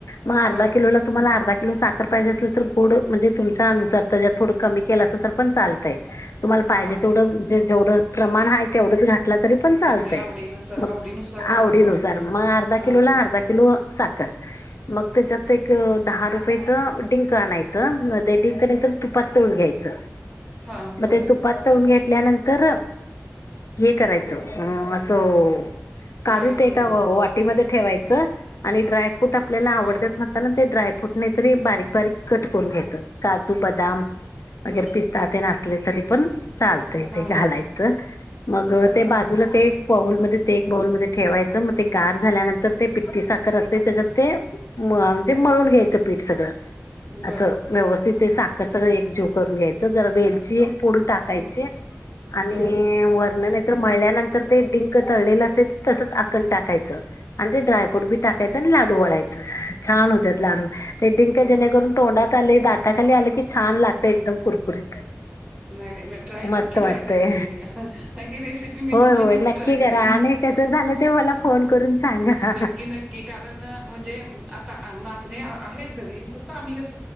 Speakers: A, on the left; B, on the right.
A: मग अर्धा
B: बर
A: किलोला तुम्हाला अर्धा किलो साखर पाहिजे अस गोड म्हणजे तुमच्या अनुसार तर थोडं कमी केलं अस तर पण चालतय तुम्हाला पाहिजे
B: हा
A: तेवढं जे जेवढं प्रमाण आहे तेवढंच घाला तरी पण चाल
B: आपल्या आवडीनुसार
A: मग
B: आवडीनुसार
A: आवडीनुसार
B: गोड
A: मग अर्धा
B: हा
A: किलो अर्धा किलो साखर मग त्याच्यात एक दहा रुपयाच ड डिंक आनायच ते तुपात तळून घ्यायच
B: हा बर
A: मग ते तुपात तळून घ्या घेतल्यानंतर हे करायचं अ असं काढून
B: बारीक
A: ते
B: करून
A: एका
B: घ्यायच
A: वाटीमध्ये ठेवायचं आणि ड्रायफ्रूट आप आपल्याला आवडतात
B: बर
A: म्हणताना ते ड्रायफ्रूट तरी बारीक बारीक कट करून घ्यायचं काजू बदाम वगैरे
B: बर
A: पिस्ता ते नासले तरी पण चालतय
B: हा
A: ते घालायचं
B: हा
A: मग
B: बर
A: ते बाजूला ते पाऊलमध्येध्ये ते एक बाऊलमध्येध्ये ठेवायचं मग ते गार झाल्यानंतर ते पिट्टी साखर असते त्याच्यात ते म म्हणजे मळून घ्यायचं पीठ सगळं
B: बर
A: असं व्यवस्थित ते साखर सगळं एकजीव करून घ्यायचं जर वेलची पुड टाकायचे
B: हम्
A: आणि
B: बर
A: वर्ण मळल्यानंतर ते डिंक तळलेलं असते तसच आकण टाकायचं आणि ते ड्रायफ्रूट बी टाकायचं लाडू वळायच छान होत लाडू ते डंक
B: ह
A: जेणेकरून दात आले दाताखाली आलं की छान लागतं एकदम कुरकुरीत
B: नाही नाही मी ट्राय
A: मस्त
B: नक्की
A: वाटतय
B: ट्राय करेन मी ही रेसिपी मी
A: होय
B: तुमची
A: होय
B: नक्की ट्राय
A: करा
B: करेन मी
A: आणि कसं झालं ते मला फोन करून सांगा.
B: नक्की नक्की कारण म्हणजे नाचणे आहेत घरी फक्त आम्ही कस